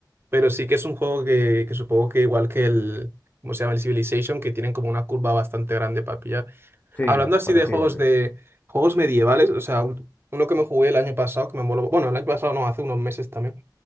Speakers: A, on the right (about 30°); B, on the left (about 20°).
A: Pero sí que es un juego que, que supongo que igual que el, ¿cómo se llama? El Civilization, que tienen como una curva bastante grande para pillar.
B: sí,
A: Hablando así
B: parecido,
A: de juegos
B: sí.
A: de juegos medievales, o sea, un- uno que me jugué el año pasado, que me moló, bueno, el año pasado no, hace unos meses también,